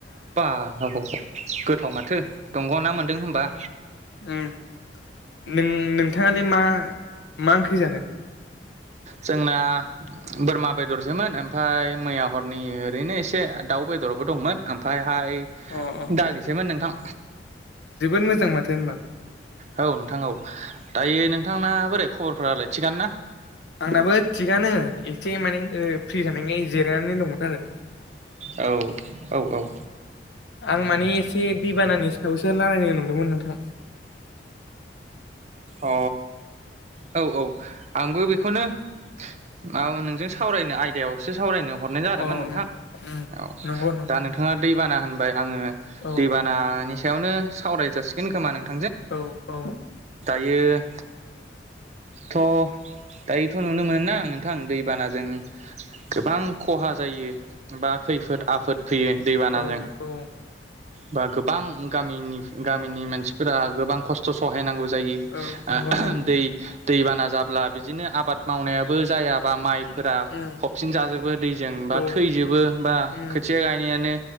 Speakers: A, on the right; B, on the left.
A: बा हौ हौ गोथाव माथो दंग' ना मोनदों होमबा?
B: ओम नों नोंथाङालाय मा मा ओंख्रि जाखो?
A: जोंना बोरमा बेदरसोमोन ओमफाय मैया हरनि ओरैनो एसे दाउ बे दरबो दंमोन ओमफायहाय
B: अ अ
A: दालिसोमोन नोंथां।
B: जोबोद मोजां माथो होमबा।
A: औ नोंथां औ दायो नोंथांना बोरै खबरफोरालाय थिगानो ना?
B: आंनाबो थिगानो एसे माने ओ फ्रि जानानै जिरायनानै दंमोन आरो।
A: औ औ औ
B: आं माने एसे दैबानानि सायावसो रायलायनो नंदोंमोन नोंथां।
A: अ औ औ आंबो बेखौनो माबा नोंजों सावरायनो आयदायावसो सावरायनो हरनाय जादोंमोन
B: अ ओं
A: नोंथां।
B: ओम
A: औ
B: नंगौ नंगौ
A: दा नोंथाङा दैबाना होनबाय आङो
B: औ
A: दैबानानि सायावनो सावराय जासिगोन खोमा नोंथां।
B: औ औ
A: बियो थ' दायोथ' नुनो मोनो ना नोंथां दैबानाजों गोबां खहा जायो। बा खैफोद आफोद फैयो दैबानाजों।
B: औ औ
A: बा गोबां गामिनि गामिनि मानसिफोरा गोबां खस्थ' सहायनांगौ जायो
B: औ नंगौ
A: आ आहाम
B: नंगौ
A: दै दैबाना जाब्ला बिदिनो आबाद मावनायाबो जायाबा माइ फोरा
B: ओम
A: फबसिन जाजोबो दैजों बा
B: औ
A: थैजोबो बा
B: ओम
A: खोथिया गायनायानो